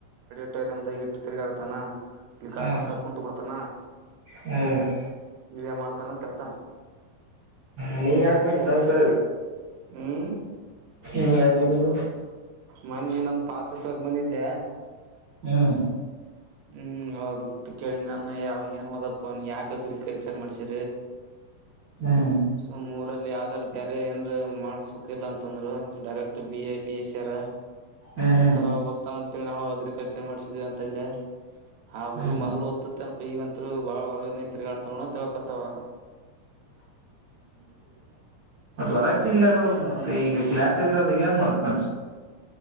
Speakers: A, on the right (about 85°); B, on the right (about 55°).
A: ಎಟ್ಟ ಎಂದ ಇಟ್ಟು ತಿರುಗಾತ ಇಲ್ಲಿ
B: ಹ್ಮ್
A: ಗಾರ್ಡನ್ದಾಗ ಕುೂಂತ ಬಿಡ್ ಪತ್ತನ್ನ
B: ಹ್ಮ್
A: ಇದೇ ಮಾಡ್ತಾನ ಅಂತ ಹೇಳ್ತಾನ
B: ನೀ ಯಕ್ ಬ ನಂಕರ
A: ಹ್ಮ್
B: ನೀ ಆಗ್ಬಂದದು
A: ಮನ್ನಿ ನಂದ ಪಾಸ ಇಸಗಕ ಬಂದಿದ್ದೆ
B: ಹ್ಮ್
A: ಹ್ಮ್ ಹೋಗ ಕೇಳಿದ ನಾನ ಯಾವ ಏನ್ ಹದಲ್ಪ ಅವನ್ ಯಾಕ ಅಗ್ರಿಕಲ್ಚರ್ ಮಾಡ್ಸ
B: ಹ್ಮ್
A: ಸು ಊರಲ್ಲಿ ಯಾವ್ದಾದ್ೂ ಬೇರೆ ನ ಮಾಡ್ಸ ಲ್ಲ ಅಂತಂದ್ರು direct B A B A ಸರ
B: ಹ್ಮ್ ಹ್ಮ್
A: ಸರ್ ಓದ್ತಾನ ನಾವು ಅಗ್ರಿಕಲ್ಚರ್ ಮಾಡ್ಸಿದೀವಿ ಅಂತಂದೆ ಹ ಹುಡುಗ
B: ಹ್ಮ್
A: ಮದಲು ಒಡತಿತೇನೋ ಈಗಂತ ಬಾಳ ಹೊರ್ಗನೇ ತಿರುಗಾಡ್ತ ನ ಹತಾಗ
B: ಮತ್ತೆ ಹೊರಗೆ ತಿರುಗಾಡಬೇಕು ಮತ್ತೆ ಈಗ ಕ್ಲಾಸ್ ರ್ಲದ ಏನ್ ಮಾಡತ್ ಮಟ